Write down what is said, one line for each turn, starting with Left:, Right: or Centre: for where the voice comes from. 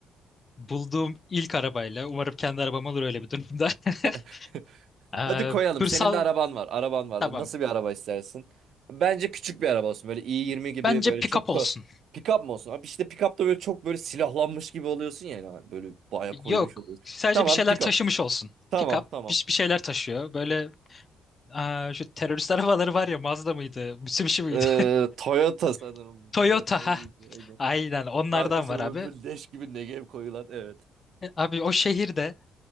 Left: bulduğum ilk arabayla umarım kendi arabam olur öyle bir durumda. <laughs>
Right: <laughs>
Left: Ee,
Right: Hadi koyalım.
Left: hırsal
Right: Senin de araban var. Araban var.
Left: tamam.
Right: Nasıl bir araba istersin? Bence küçük bir araba olsun. Böyle i20 gibi
Left: Bence
Right: böyle
Left: pick-up
Right: çok ko-
Left: olsun.
Right: pick-up mı olsun? Abi işte pick-up'ta böyle çok böyle silahlanmış gibi oluyorsun ya. yani. Böyle baya
Left: Yok.
Right: koymuş oluyorsun.
Left: Sadece
Right: Tamam
Left: bir şeyler
Right: pick-up.
Left: taşımış olsun.
Right: Tamam
Left: Pick-up
Right: tamam.
Left: bir, bir şeyler taşıyor. Böyle Aa, şu terörist arabaları var ya Mazda mıydı? Mitsubishi miydi?
Right: Ee, Toyota sanırım.
Left: <laughs> Toyota
Right: Toyota aynen.
Left: ha. Aynen onlardan
Right: Arkasına
Left: var abi.
Right: böyle, böyle leş gibi Negev koyulan. Evet.
Left: E, Abi o şehirde